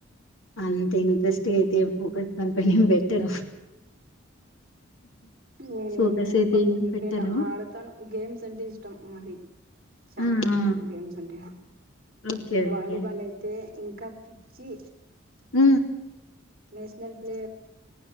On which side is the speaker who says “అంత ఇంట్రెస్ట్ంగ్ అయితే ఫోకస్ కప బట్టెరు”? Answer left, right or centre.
Left